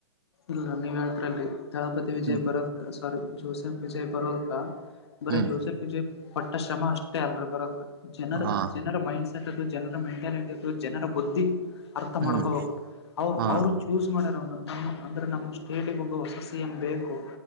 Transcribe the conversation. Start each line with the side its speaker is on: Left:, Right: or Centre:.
Left: ಇಲ್ಲ ನೀವ ಹೇಳ್ತ್ರಲ್ಲಿ ದಳಪತಿ ವಿಜಯ್
Right: ಹ್ಮ್
Left: ಬರೋ ಸಾರಿ ಜೋಸೆಫ್ ವಿಜಯ್ ಬರೋಕ ಬರೇ
Right: ಹ್ಮ್
Left: ಜೋಸೆಫ್ ಪಜೆ ಪಟ್ಟ ಶ್ರಮ ಅಷ್ಟೇ ಅಲ್ರ ಬರೋದ ಜನರ
Right: ಹಾ
Left: ಜನರ ಮೈಂಡ್ಸೆಟ್ ಜನರ ಮೆಂಟಾಲಿಟಿ ಅತ್ತು ಜನರ ಬುದ್ಧಿ ಅರ್ಥ
Right: ಹ್ಮ್
Left: ಮಾಡ್ಕೋಬೇಕು ಅವರು
Right: ಹಾ
Left: ಅವರು ಚೂಸ್ ಮಾಡ್ಯಾರ ಅವ ನ ಅಂದ್ರೆ ನಮ್ ಸ್ಟೇಟಿಗೆ ಒಬ್ಬ ಹೊಸ ಸಿ ಎಂ ಬೇಕು